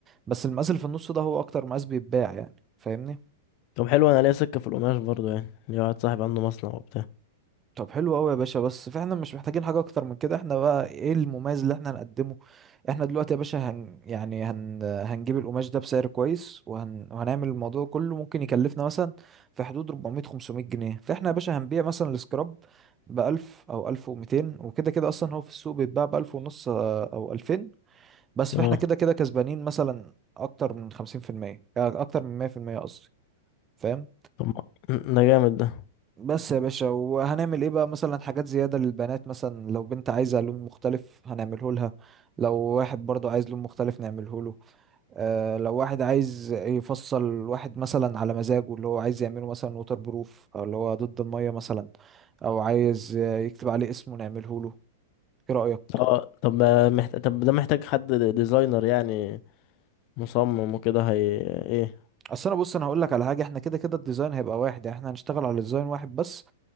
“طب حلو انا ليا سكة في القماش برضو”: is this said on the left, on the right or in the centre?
Left